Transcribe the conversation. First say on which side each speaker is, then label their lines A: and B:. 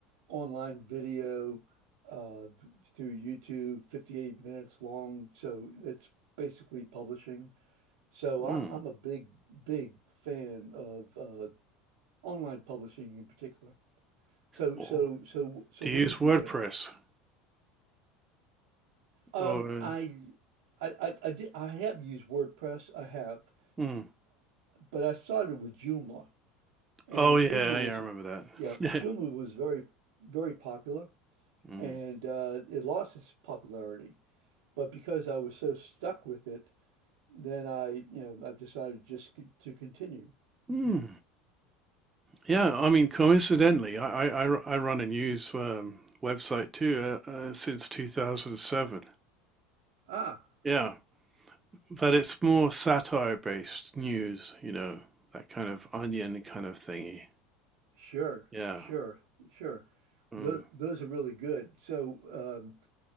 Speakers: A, on the right; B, on the right.
A: online video uh, through YouTube, 58 minutes long. So that's basically publishing. So I,
B: Hmm.
A: I'm a big, big fan of uh, online publishing in particular. So
B: Well,
A: so so so
B: do
A: what
B: you use
A: are you thinking
B: WordPress
A: of? Um,
B: or
A: I I I, I did I have used WordPress, I have,
B: mm.
A: but I started with Joomla. And
B: Oh yeah,
A: Joomla
B: yeah,
A: was
B: I remember
A: yeah,
B: that.
A: Joomla
B: <laughs>
A: was very very popular
B: Mm.
A: and uh, it lost its popularity. But because I was so stuck with it, then I, you know, I decided just c- to continue.
B: Hmm. Yeah, I mean, coincidentally, I, I, I ru- I run a news um, website too uh, uh, since 2007.
A: Ah,
B: Yeah. but it's more satire based news, you know, that kind of onion kind of thingy.
A: sure,
B: Yeah.
A: sure, sure.
B: Mm.
A: Those, those are really good. So, um,